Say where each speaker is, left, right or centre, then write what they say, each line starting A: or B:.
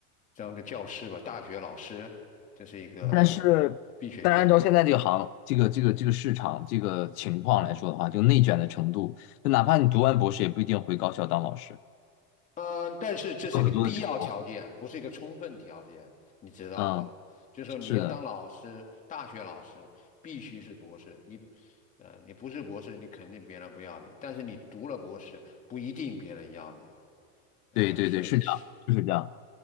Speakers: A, on the left; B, on the left.
A: 当个教师吧，大学老师，这是一个必选项。
B: 但是但是按照现在这个行这个这个这个市场这个情况来说的话，就内卷的程度，就哪怕你读完博士，也不一定回高校当老师，
A: 嗯，但是这是一个必要条件，
B: 有很多的成果。
A: 不是一个充分条件，你知道吧？
B: 嗯
A: 就是说你要当老师，
B: 是的，
A: 大学老师必须是博士，你，呃，你不是博士，你肯定别人不要你，但是你读了博士，不一定别人要你，呃，
B: 对对对，
A: 所以是，
B: 是这样，就是这样。